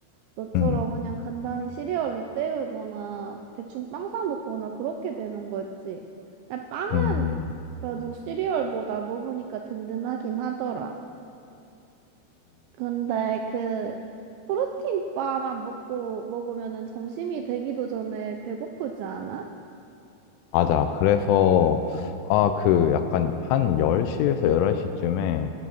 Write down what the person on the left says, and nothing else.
음
음
맞아. 그래서, 아, 그 약간 한 10시에서 11시쯤에